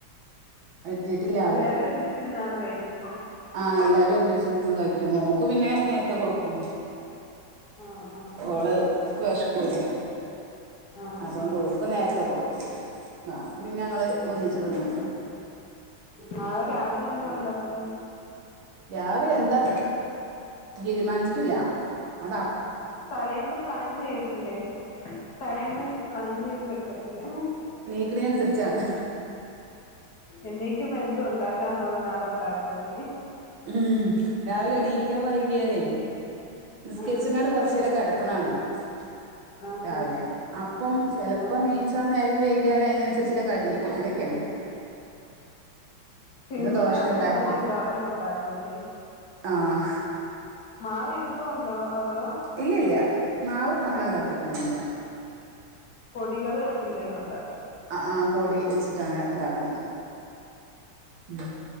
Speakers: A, on the right (about 70°); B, on the left (about 55°).
A: എത്തീട്ടില്ല ആള്
B: എല്ലാരും ഒരുമിച്ചിരുന്നാണ് കഴിക്കുന്നെ
A: ആഹ് എല്ലാരും ഒരുമിച്ച് നിന്ന് കഴി മോക്ക് പിന്നെ നേരത്തെ കൊടുക്കും
B: ആ ആ
A: ഓള്ക്ക് വിഷക്കൂലേ
B: ആ
A: അതൊണ്ട്
B: ആ
A: ഓക്ക് നേരത്തെ കൊട്ക്കും ബാക്കി പിന്നെ ഞങ്ങള് ഒന്നിച്ച് തിന്നും
B: നാളെ രാവിലെ എന്താ ഉണ്ടാക്കുന്ന്
A: രാവിലെ എന്താ തീരുമാനിച്ചിട്ടില്ല അത
B: തലേന്ന് പ്ലാൻ ചെയ്യത്തില്ലേ തലേന്ന് പ്ലാൻ ചെയ്ത് വെക്കത്തില്ലേ
A: <unintelligible> അനുസരിച്ചാണ്
B: എണീകുമ്പം എന്തു ഉണ്ടാക്കാൻ തോന്നുന്നു അത്ണ്ടാക്കൂല്ലേ
A: ഉം ഉം രാവിലെ എണീക്കാൻ വൈകിയാല് നിസ്കരിച്ച്ങ്ങാണ്ട്
B: ആഹ്
A: കുറചേരം കിടക്കണാണ് <unintelligible>
B: ആഹ്
A: രാവിലെ
B: ആഹ്
A: അപ്പം ചിലപ്പോ
B: ആഹ്
A: നീചാൻ നേരം വയ് വൈകിയാല് അതിനനുസരിച്ള്ള കടി അങ്ങനൊക്കെയാണ്
B: സിമ്പിൾ
A: ദോശ
B: ആയിട്ട്
A: ഉണ്ടാക്കി
B: തോന്ന്ണതെന്തോ അതങ്ങ് ഉണ്ടാക്കൂല്ലേ
A: ആഹ്
B: മാവിരിപ്പുണ്ടോ അതോ
A: ഇല്ല ഇല്ല മാവ് അങ്ങനെ താകീകണില്ല്യ
B: കുട്ടികള് എന്തേലും ഉണ്ടാ
A: ആ ആ പൊടി വെച്ചിട്ട് അങ്ങനെ ഉണ്ടാക്കും ഉം